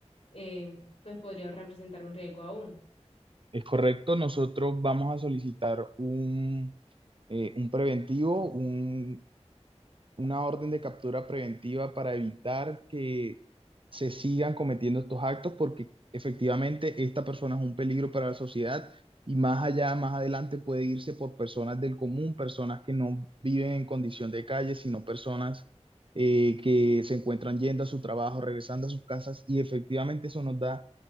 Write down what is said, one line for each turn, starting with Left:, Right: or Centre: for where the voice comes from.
Left: eh, pues podría representar un riesgo aún.
Right: Es correcto, nosotros vamos a solicitar un, eh, un preventivo, un una orden de captura preventiva para evitar que se sigan cometiendo estos actos porque efectivamente esta persona es un peligro para la sociedad y más allá, más adelante puede irse por personas del común, personas que no viven en condición de calle, sino personas eh, que se encuentran yendo a su trabajo, regresando a sus casas y efectivamente eso nos da